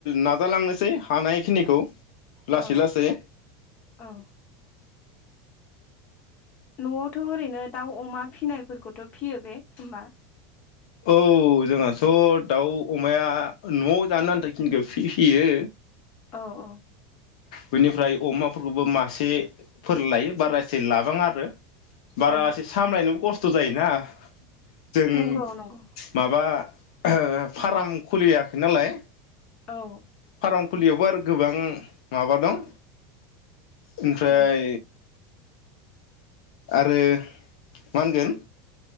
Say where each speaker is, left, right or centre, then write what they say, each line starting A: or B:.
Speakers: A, on the left; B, on the left.
A: नाजालांनोसै हानायखिनिखौ। लासै
B: औ
A: लासै
B: औ। न'आवथ' ओरैनो दाउ अमा फिनायफोरखौथ' फियो बे होमबा?
A: औ जोंहाथ' दाउ अमाया न'आव जानो आनथा खिनिखौ फि फियो।
B: औ औ।
A: बेनिफ्राय अमाफोरखौबो मासेफोर लायो बारासे लाबाङा आरो। बारासे
B: औ
A: सामलायनो खस्थ' जायोना। जों
B: नंगौ नंगौ
A: माबा ओ फार्म खुलियाखै नालाय।
B: औ।
A: फारांफुलियावबो आरो गोबां माबा दं। ओमफ्राय
B: औ
A: आरो मा होनगोन